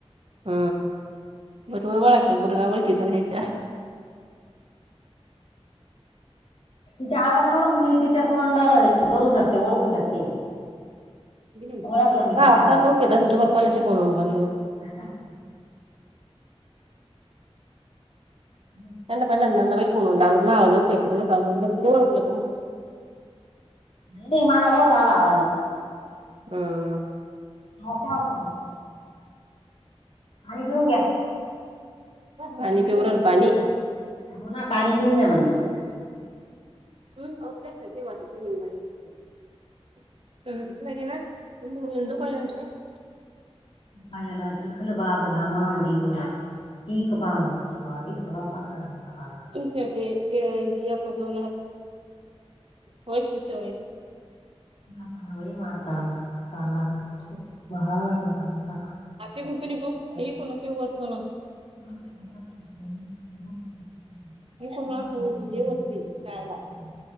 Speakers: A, on the right; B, on the left.
A: ह. बरोबर ओळखत्यात. पुर गाव ओळखीचय त्याच्या.
B: तिच्या आवाजावरून मी तीच्या तोंड हे करू शकते. ओळखू शकते.
A: महा
B: ओळखलं मी तिच्या
A: आवाज तवाच ओळखूयेत असल तुम्हाला. कोनाच्या फोन वरुन बोल्याव.
B: हा हा <unintelligible> हम् <inaudible>
A: पहिल्यांदा नंदाबाईच्या फोनवरून लावला त. महा आवाज ओळखू येतो का नही काणू. पण बरोबर ओळखलं तुम्ही.
B: नाही नाही मला ओळखू आला आवाजंन.
A: ह.
B: हाक माक <unintelligible> आणि घिऊन घ्या.
A: पाणी प्युरल पाणी.
B: हो ना पाणी पिऊन घ्या म्हणलं
A: <inaudible> <inaudible>
B: पायाला चिखल बाप घामा मध्ये ओला पीक पा उंची व्हावी थवा पाखरांचा आला.
A: तुमचं ते एक दोन होय की चोय
B: त पारोळी मारता मारताणार बगावरल्या कामाचा
A: आ कुकणी खूप हे ना कि वाटतो ना.
B: <inaudible>
A: मी पूर्ण असं होत- हे होत ते जायला